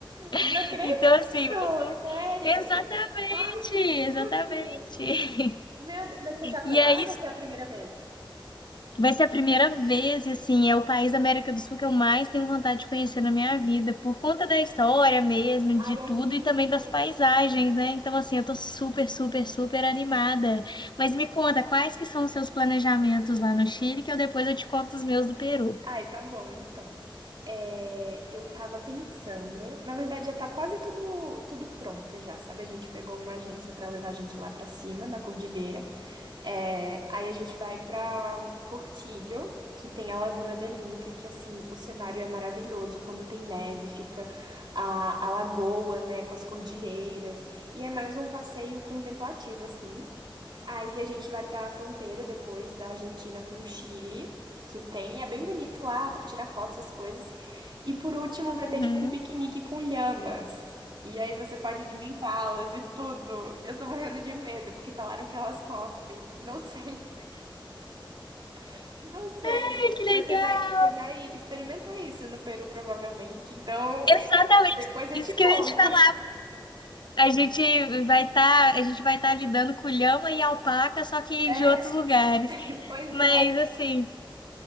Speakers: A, on the right; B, on the left.
A: Não
B: <laughs>
A: acredito,
B: Então, assim, vai ser
A: sério.
B: exatamente,
A: Ai, que
B: exatamente.
A: tudo.
B: <laughs>
A: Meu Deus, mas você já foi
B: E
A: lá
B: aí,
A: ou vai ser a primeira vez?
B: Vai ser a primeira vez, e assim, é o país da América do Sul que eu mais tenho vontade de conhecer na minha vida, por conta da história mesmo,
A: Ai,
B: de tudo
A: é lindo.
B: e também das paisagens, né? Então, assim, eu tô super, super, super animada. Mas me conta, quais que são os seus planejamentos lá no Chile, que eu depois eu te conto os meus do Peru.
A: Ai, tá bom, então. É, eu tava pensando, na verdade já tá quase tudo tudo pronto já, sabe? A gente pegou uma agência pra levar a gente lá pra cima, na cordilheira. É, aí a gente vai pra Portillo, que tem a Laguna de Linca, que assim, o cenário é maravilhoso. Quando tem neve, fica a, a lagoa, né, com as cordilheiras. E é mais um passeio contemplativo, assim. Aí a gente vai para a fronteira depois da Argentina com o Chile, que tem, é bem bonito lá para tirar fotos, essas coisas. E por último
B: Uhum.
A: vai ter tipo um piquenique com lhamas. E aí você pode alimentá-las e tudo. Eu tô morrendo de medo porque falaram que elas cospem. Não sei, <laughs> não sei.
B: Ai, que legal!
A: Mas você vai, você vai experimentar isso no Peru provavelmente. Então,
B: Exatamente
A: <laughs> depois eu
B: isso
A: te
B: que
A: conto.
B: eu ia te falar. A gente vai estar, a gente vai estar lidando com lhama e alpaca, só que
A: É,
B: de outros lugares.
A: <laughs> pois
B: Mas
A: é.
B: assim,